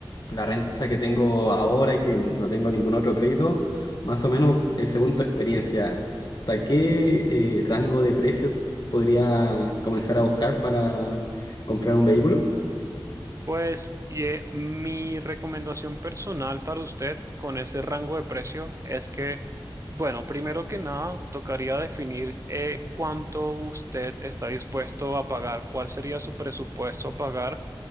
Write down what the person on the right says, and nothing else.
Pues ye- mi recomendación personal para usted con ese rango de precio es que, bueno, primero que nada, tocaría definir eh, cuánto usted está dispuesto a pagar, cuál sería su presupuesto a pagar,